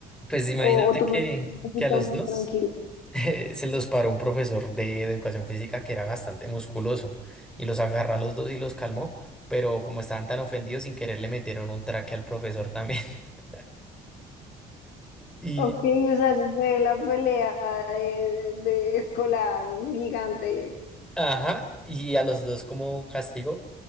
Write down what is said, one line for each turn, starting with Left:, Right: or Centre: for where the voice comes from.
Centre: Pues imagínate
Left: O, o tú
Centre: que,
Left: conoces un poquito
Centre: que a los
Left: más
Centre: dos
Left: tranquilo.
Centre: <laughs> se los paró un profesor de, de educación física que era bastante musculoso y los agarró a los dos y los calmó, pero como estaban tan ofendidos, sin querer le metieron un traque al profesor también. <laughs> Y,
Left: Ok, o sea, eso fue la pelea de, de escolar gigante.
Centre: ajá, y a los dos como castigo,